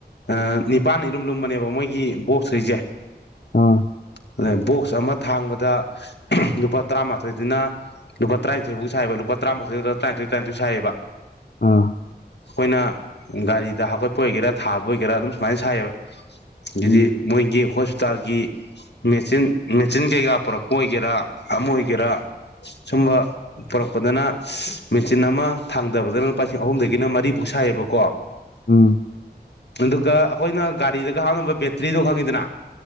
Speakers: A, on the left; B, on the left.
A: ꯑ ꯅꯤꯄꯥꯜꯅ ꯑꯗꯨꯝ ꯂꯨꯝꯕꯅꯦꯕ ꯃꯣꯏꯒꯤ ꯕꯣꯛꯁ ꯁꯣꯏꯖꯦꯛ
B: ꯑꯥ
A: ꯑꯗꯩ ꯕꯣꯛꯁ ꯑꯃ ꯊꯥꯡꯕꯗ ꯂꯨꯄꯥ ꯇꯔꯥꯃꯥꯊꯣꯏꯗꯨꯅ ꯂꯨ ꯇ꯭ꯔꯥꯏꯊꯣꯏꯐꯥꯎ ꯁꯥꯏꯕꯨ ꯇꯔꯥꯃꯥꯊꯣꯏꯗꯨꯗ ꯇ꯭ꯔꯥꯏꯊꯣꯏ ꯇ꯭ꯔꯥꯏꯊꯣꯏ ꯁꯥꯏꯕ
B: ꯑꯥ
A: ꯑꯩꯈꯣꯏꯅ ꯒꯥꯔꯤꯗ ꯍꯥꯞꯀꯠꯄ ꯑꯣꯏꯒꯦꯔꯥ ꯊꯥꯕ ꯑꯣꯏꯒꯦꯔꯥ ꯑꯗꯨꯝ ꯁꯨꯃꯥꯏꯅ ꯁꯥꯏꯌꯦꯕ ꯑꯗꯩꯗꯤ
B: ꯎꯝ
A: ꯃꯣꯏꯒꯤ ꯍꯣꯁꯄꯤꯇꯥꯜꯒꯤ ꯃꯦꯆꯤꯟ ꯃꯦꯆꯤꯟ ꯀꯩꯀꯥ ꯄꯨꯔꯛꯄ ꯑꯣꯏꯒꯦꯔꯥ ꯑꯃ ꯑꯣꯏꯒꯦꯔꯥ ꯁꯨꯝꯕ ꯄꯨꯔꯛꯄꯗꯅ ꯃꯦꯆꯤꯟ ꯑꯃ ꯊꯥꯡꯗꯕꯗꯅ ꯂꯨꯄꯥꯁꯤꯡ ꯑꯍꯨꯝꯗꯒꯤꯅ ꯃꯔꯤꯐꯨꯛ ꯁꯥꯏꯌꯦꯕꯀꯣ
B: ꯎꯝ
A: ꯑꯗꯨꯒ ꯑꯩꯈꯣꯏꯅ ꯒꯥꯔꯤꯗꯒ ꯍꯞꯅꯕ ꯕꯦꯇ꯭ꯔꯤꯗꯣ ꯈꯪꯉꯤꯗꯅ